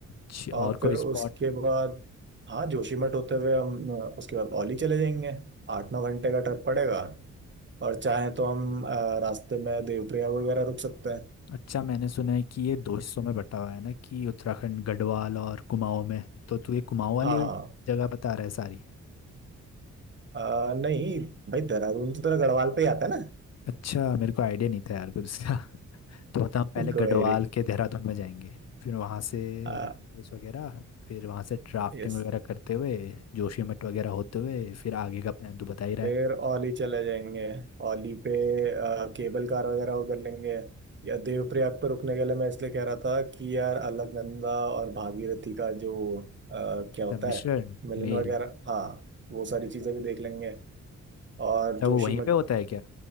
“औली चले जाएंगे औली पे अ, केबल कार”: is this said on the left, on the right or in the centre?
Right